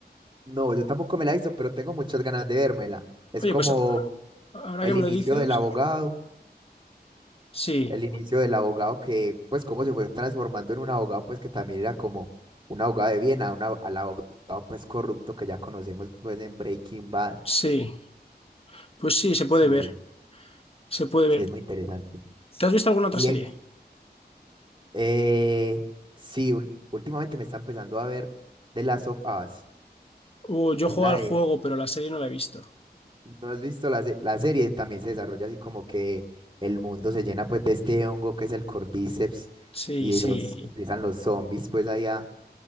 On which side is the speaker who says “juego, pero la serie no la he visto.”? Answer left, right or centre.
Left